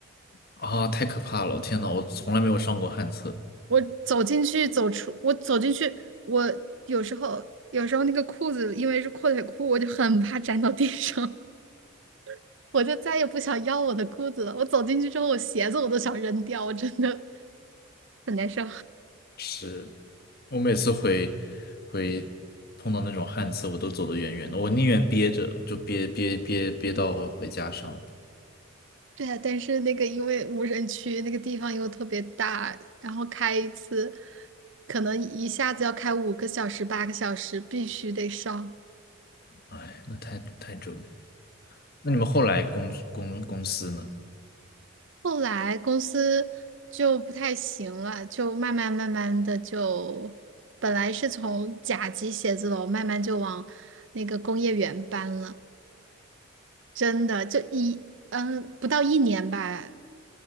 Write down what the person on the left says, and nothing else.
啊，太可怕了！天呐，我从来没有上过旱厕，
是我每次回回碰到那种旱厕，我都走得远远的，我宁愿憋着，就憋憋憋憋到我回家上。
哎，那太太折磨。那你们后来公公公司呢？